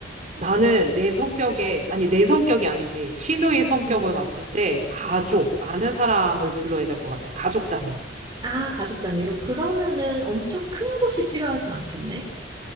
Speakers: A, on the right; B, on the right.
A: 나는 내 성격에, 아니 내 성격이 아니지. 시누이 성격을
B: 음,
A: 봤을 때 가족,
B: 음, 음.
A: 아는 사람을 불러야 될 것 같아. 가족 단위.
B: 아, 가족 단위로. 그러면은 엄청 큰 곳이 필요하진 않겠네?